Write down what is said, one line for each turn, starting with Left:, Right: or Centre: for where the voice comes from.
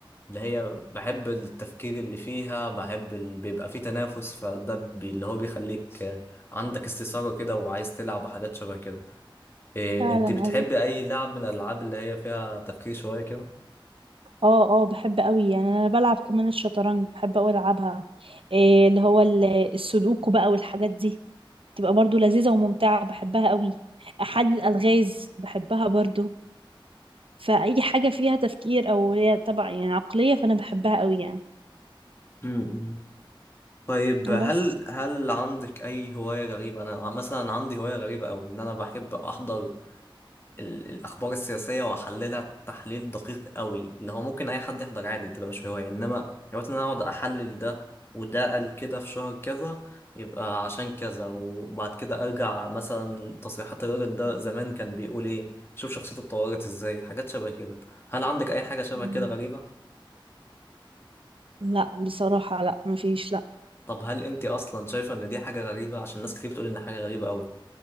Left: اللي هي بحب التفكير اللي فيها بحب ال... بيبقى فيه تنافس فده بي... اللي هو بيخليك آه، عندك استثارة كده وعايز تلعب وحاجات شبه كده إيه...
Right: فعلا
Left: انت بتحب
Right: أيوة.
Left: اي لعب من الالعاب اللي هي فيها تفكير شوية كده
Right: اه اه بحب قوي يعني انا بلعب كمان الشطرنج بحب قوي العبها إيه اللي هو ال- السودوكو بقى والحاجات دي تبقى برضو لذيذة وممتعة بحبها قوي حل الألغاز بحبها برضو فأي حاجة فيها تفكير او هي طبعا يعني عقلية فانا بحبها قوي يعني
Left: امم طيب هل
Right: بس
Left: هل عندك اي هواية غريبة انا مثلا عندي هواية غريبة او ان انا بحب احضر ال- الأخبار السياسية وأحللها تحليل دقيق قوي اللي هو ممكن أي حد يحضر عادي تبقى مش هواية إنما دلوقتي إن أنا أقعد أحلل ده وده قال كده في شهر كذا يبقى عشان كذا وبعد كده أرجع مثلا تصريحات الراجل ده زمان كان بيقول إيه شوف شخصيته اتطورت إزاي حاجات شبه كده هل عندك أي حاجة شبه
Right: مم.
Left: كده غريبة؟
Right: لا بصراحة لا مفيش لا
Left: طب هل أنت أصلا شايفة إن دي حاجة غريبة عشان ناس كتير بتقول إن حاجة غريبة قوي